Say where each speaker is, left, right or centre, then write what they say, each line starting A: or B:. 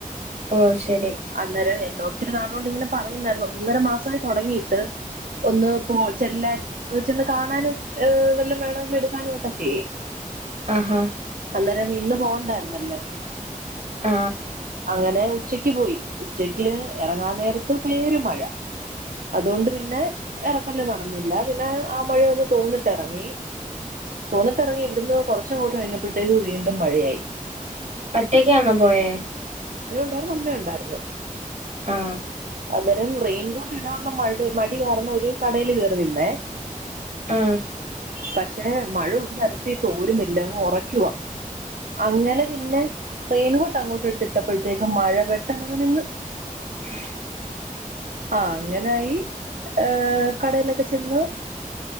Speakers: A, on the right (about 55°); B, on the right (about 75°).
A: ഓ ശരി
B: അന്നേരം ഒത്തിരി നാളുകൊണ്ട് ഇങ്ങനെ പറയുന്നായിന്നു ഒന്നൊര മാസമായി തെടങ്ങിയിട്ട് ഒന്ന് പോ ചെല്ല ഒന്ന് വെച്ചന്ന് കാണാനും ഏ വല്ലം വേണമെങ്കിലും എടുക്കാനുംമായിട്ടൊക്കെ
A: ആഹാ
B: അന്നേരം ഇന്ന് പോകണ്ടായിരുന്നല്ലേ
A: ആ
B: അങ്ങനെ ഉച്ചക്ക് പോയി ഉച്ചക്ക് എറങ്ങാൻ നേരത്ത് പെരും മഴ അതുകൊണ്ട് പിന്നെ എറക്കല് നടന്നില്ല പിന്നെ ആ മഴയൊന്ന് തോന്നിട്ടിറങ്ങി തോന്നിട്ടിറങ്ങി ഇവിടുന്ന് കുറച്ചങ്ങോട്ട് കഴിഞ്ഞപ്പോഴത്തേക്ക് വീണ്ടും മഴയായി
A: ഒറ്റക്കാന്നോ പോയേ
B: ഏട്ടന്റെ അമ്മയുണ്ടായിരുന്നു
A: ആ
B: അന്നേരം റെയിൻകോട്ട് ഇടാനുള്ള മഴ മടി കാരണം ഒരു കടയില് കേറി നിന്നേ
A: ആ
B: പക്ഷെ മഴ ഒരു തരത്തി തോരുന്നില്ലങ്ങ് ഒറക്കുവാ അങ്ങനെ പിന്നെ റെയിൻകോട്ട് അങ്ങോട്ട് എടുത്തിട്ടപ്പോഴത്തേക്കുംമഴ പെട്ടെന്ന് അങ്ങ് നിന്ന്
A: ഉം
B: ആ അങ്ങനായി ഏ കടയിലൊക്കെ ചെന്ന്